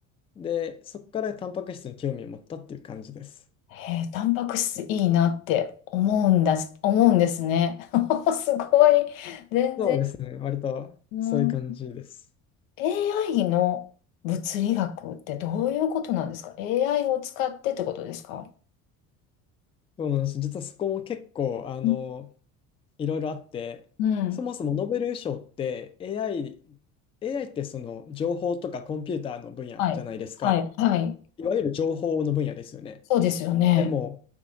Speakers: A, on the left; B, on the left.
A: で、そこからタンパク質に興味を持ったっていう感じです。
B: へえ、タンパク質いいなって思うんだ、思うんですね。<laughs> すごい。全然。
A: そうですね、割とそういう感じです。
B: うん、AI の物理学ってどういうことなんですか ?AI を使ってってことですか
A: そうなんです。実はそこも結構、あの、
B: うん。
A: いろいろあって、
B: うん。
A: そもそもノーベル賞って AI、AI ってその情報とかコンピューターの分野じゃないですか。
B: はい。はい。はい。
A: いわゆる情報の分野ですよね。
B: そうですよね。
A: でも、